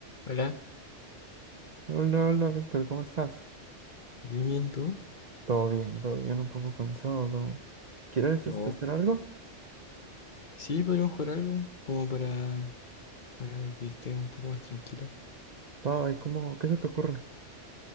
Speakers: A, on the left; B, on the right.
A: Hola,
B: Hola, hola, Víctor, ¿cómo estás?
A: bien, bien, ¿y tú?
B: Todo bien, todo bien, un poco cansado. todo. ¿Quieres
A: No.
B: este, hacer algo?
A: Sí, podríamos jugar algo como para, para que estés un poco más tranquilo.
B: Va, ¿y cómo? ¿Qué se te ocurre?